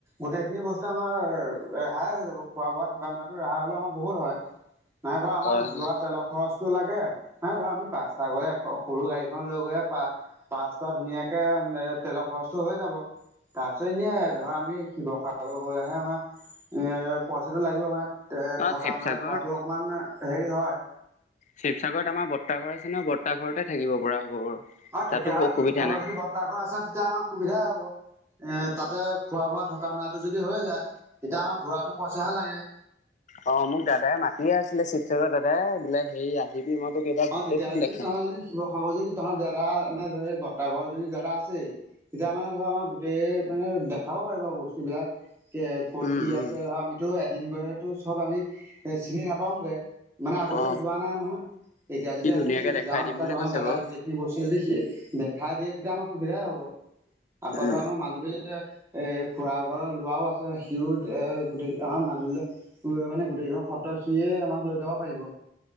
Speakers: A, on the right (about 15°); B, on the left (about 45°).
A: গোটেই খিনি বস্তু আমাৰ ৰেহাই হৈ যাব, খোৱা-বোৱা থকা-মেলাত ৰেহাই হ'লে আমাৰ বহুত হয়। মানে ধৰ আমাৰ
B: হয়
A: যোৱা
B: হয়
A: তেলৰ খৰচ টো লাগে মানে ধৰ আমি পাঁচটা গ'লে সৰু গাড়ীখন লৈ গ'লে পা পাঁচটা ধুনীয়াকে তেলৰ খৰচটো হৈ যাব। তাৰপিছত এনেই ধৰ আমি শিৱসাগৰ গ'লেহে আমাৰ এ পইচাটো লাগিব মানে এ
B: অ
A: থকা
B: শিৱসাগৰত
A: মেলা খোৱাতটো অকমান হেৰি হয়।
B: শিৱসাগৰত আমাৰ বৰ্তাঘৰ আছে ন বৰ্তাহ ঘৰতে থাকিব পৰা হ'ব বাৰু।
A: অ,
B: তাতো
A: তেতিয়া হয়লেতো
B: অসুবিধা
A: তহঁত
B: নাই
A: যদি বৰ্তাঘৰ আছে তেতিয়া আমাৰ সুবিধাই হ'ব। এ তাতে খোৱা বোৱা থকা মেলাটো যদি হৈ যায় তেতিয়া আমাৰ ঘূৰাতো পইচাহে লাগে।
B: অ, মোক দাদাই মাতিয়ে আছিলে শিৱসাগৰত দাদাই বোলে হেৰি আহিবি মই। তোক এইবাৰ গোটেইখন
A: অ, তেতিয়াহ'লে যদি
B: দেখাম
A: তহৰ যদি শিৱসাগৰ যদি তঁৰ দাদা মানে বৰ্তাহ ঘৰ যদি দাদা আছে। তেতিয়া মানে ধৰ আমাৰ গোটেই মানে দেখাব পাৰি আৰু বস্তু বিলাক এ ক'ত
B: উম
A: কি আছে।
B: উম
A: ধৰ আমিতো এদিন গয়তো চব আমি এ চিনি নাপাওগে মানে আগতেও
B: অ
A: যোৱা নাই নহয়। এতিয়া
B: সি
A: যদি
B: ধুনীয়াকে
A: আমি
B: দেখাই
A: যাওঁ
B: দিম
A: তেতিয়া
B: বুলি
A: ধৰ
B: কৈছে
A: দাদাই
B: বাৰু
A: গোটেই। বস্তু যদি দেখাই দিয়ে তেতিয়া আমাৰ সুবিধাই হব আকৌ
B: উম
A: ধৰা আমাৰ মাজুলীতিয়া। এৰ খুৰা ঘৰৰ লৰাও আছে সিও এ গোটেই আমাক মাজুলীলে। লৈ মানে গোটেইখন সত্ৰ সিয়ে আমাক লৈ যাব পাৰিব।